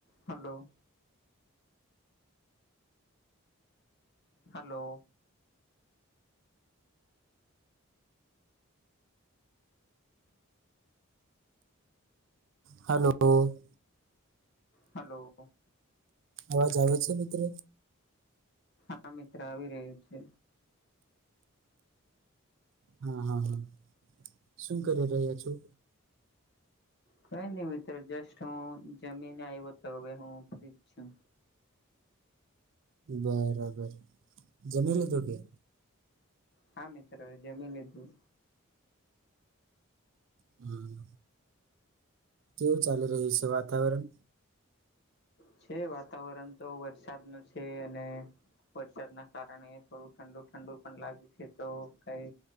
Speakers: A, on the left (about 50°); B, on the right (about 60°).
A: Hello. Hello.
B: Hello.
A: Hello.
B: અવાજ આવે છે મિત્ર?
A: આ મિત્ર આવી રહ્યું છે.
B: હા હા હા, શું કરી રહ્યા છો?
A: કઈ નહી મિત્ર જસ્ટ હું જમીન આવ્યો તો હવે હું ફ્રીજ છું.
B: બરાબર, જમી લીધું કે?
A: હા મિત્રો જમી લીધું.
B: હમ. કેવું ચાલી રહ્યું છે વાતાવરણ?
A: છે વાતાવરણ તો વરસાદ ન છે અને વરસાદના કારણે થોડું ઠંડુ ઠંડુ પણ લાગે છે તો કઈ